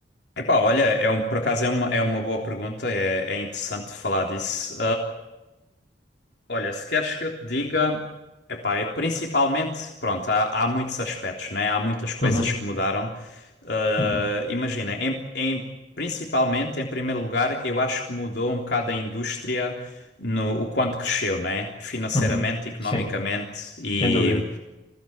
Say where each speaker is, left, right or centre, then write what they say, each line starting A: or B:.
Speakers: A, on the left (about 70°); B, on the left (about 30°).
A: Epá, olha, é um, por acaso é uma, é uma boa pergunta, é, é interessante falar disso. Olha, se queres que eu te diga, epá, é principalmente, pronto, há, há muitos aspectos, né? Há muitas coisas
B: Uhum,
A: que mudaram. Uh,
B: uhum,
A: imagina, em, em- principalmente, em primeiro lugar, eu acho que mudou um bocado a indústria no o quanto cresceu, né? Financeiramente,
B: uhum.
A: economicamente
B: Sim,
A: e
B: sem dúvida.